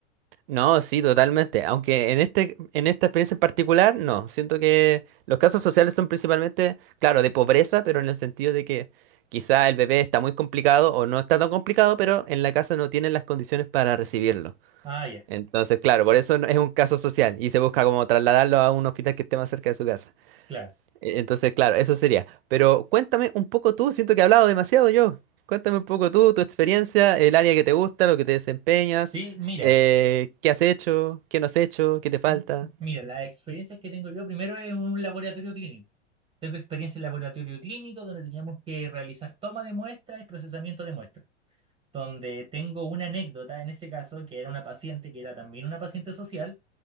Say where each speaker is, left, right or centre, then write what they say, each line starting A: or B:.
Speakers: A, on the right; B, on the right.
A: No, sí, totalmente. Aunque en este, en esta experiencia en particular, no. Siento que los casos sociales son principalmente, claro, de pobreza, pero en el sentido de que quizá el bebé está muy complicado o no está tan complicado, pero en la casa no tienen las condiciones para recibirlo.
B: Ah, ya,
A: Entonces, claro, por eso no- es un caso social y se busca como trasladarlo a un hospital que esté más cerca de su casa.
B: claro.
A: E- Entonces, claro, eso sería. Pero cuéntame un poco tú, siento que he hablado demasiado yo. Cuéntame un poco tú, tu experiencia, el área que te gusta, lo que te desempeñas,
B: Sí, mira,
A: eh, qué has hecho, qué no has hecho, qué te falta.
B: m- mira, las experiencias que tengo yo, primero en un laboratorio clínico. Tengo experiencia en laboratorio clínico donde teníamos que realizar toma de muestras y procesamiento de muestras, donde tengo una anécdota en ese caso, que era una paciente, que era también una paciente social.